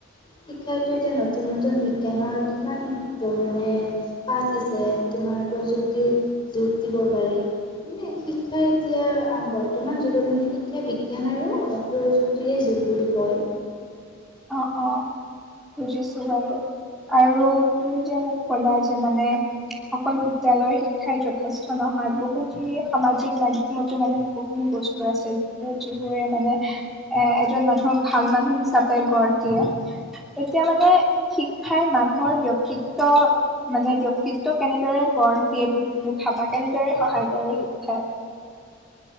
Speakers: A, on the left (about 25°); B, in the centre.
A: শিক্ষাটো এতিয়া নতুন- নতুন বিজ্ঞানৰ কিমান মানে পাঠ আছে, তোমাৰ প্ৰযুক্তি যোগ দিব পাৰি। মানে শিক্ষা এতিয়া বৰ্তমান যুগত মানে শিক্ষা বিজ্ঞান আৰু প্ৰযুক্তিৰে যুগ বুলি কয়
B: অ অ বুজিছো বাৰু৷ আৰু তুমি যে মোক কলা যে মানে? অকল বিদ্যালয়ৰ শিক্ষাই যথেষ্ট নহয়৷ বহুখিনি সামাজিক মাধ্যমতো মানে বহুখিনি বস্তু আছে যিবোৰে মানে এ এজন মানুহক ভাল মানুহ হিচাপে গঢ় দিয়ে৷ এতিয়া মানে শিক্ষাই মানুহৰ ব্যক্তিত্ব মানে ব্যক্তিত্ব কেনেদৰে গঢ় দিয়ে বুলি তুমি ভাবা? কেনেদৰে সহায় কৰে শিক্ষাই?